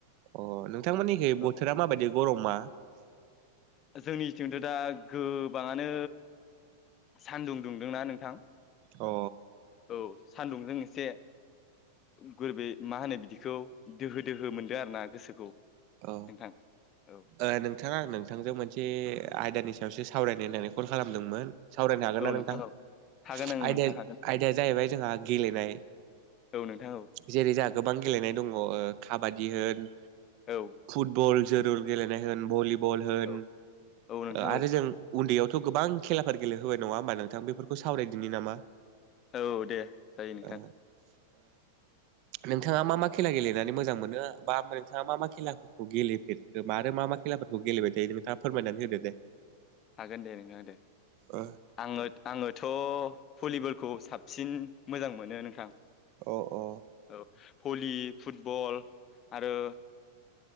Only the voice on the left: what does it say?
औ
जोंनिथिंथ' दा गोबाङानो सानदुं दुंदोंना नोंथां
औ सान्दुंजों एसे गोरबै मा होनो बिदिखौ दोहो दोहो मोनदों आरो ना गोसोखौ
नोंथां औ
औ
औ हागोन आं
नोंथां हागोन
औ नोंथां औ
औ
औ औ नोंथां
औ
औ दे जायो नोंथां
हागोन दे नोंथां दे
आङो आङोथ' भलिबल खौ साबसिन मोजां मोनो नोंथां
औ भलि फुटबल आरो